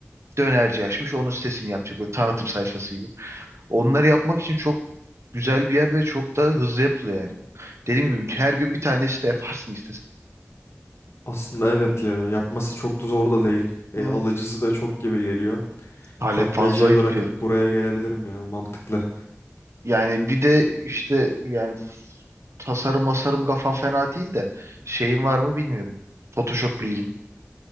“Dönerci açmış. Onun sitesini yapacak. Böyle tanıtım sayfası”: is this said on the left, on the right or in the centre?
Right